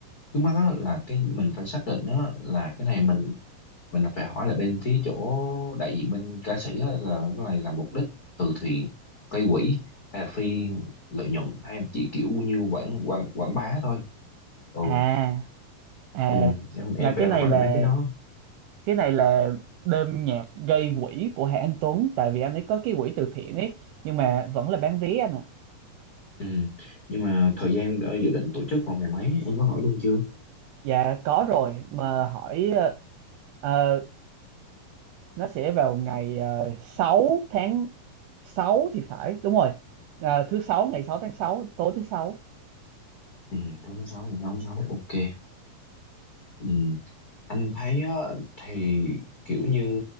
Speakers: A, on the left; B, on the right.
A: trước mắt á là cái mình phải xác định á là cái này mình mình là phải hỏi là bên phía chỗ đại diện bên ca sĩ á, là cái này là mục đích từ thiện gây quỹ hay là phi lợi nhuận hay em chỉ kiểu như quảng quảng quảng bá thôi ừ,
B: à à
A: ừ em em
B: là
A: phải
B: cái này
A: hỏi
B: là
A: là mấy cái đó
B: cái này là đêm nhạc gây quỹ của Hà Anh Tuấn tại vì anh ấy có cái quỹ từ thiện ấy nhưng mà vẫn là bán vé anh ạ
A: ừ nhưng mà thời gian ờ, dự định tổ chức vào ngày mấy em có hỏi luôn chưa
B: Dạ có rồi mà hỏi ờ, ờ, nó sẽ vào ngày uh, 6 tháng 6 thì phải đúng rồi Ờ, thứ sáu ngày 6 tháng sáu tối thứ sáu
A: ừ tối tháng sáu ngày sáu tháng sáu ok ừ anh thấy á, thì kiểu như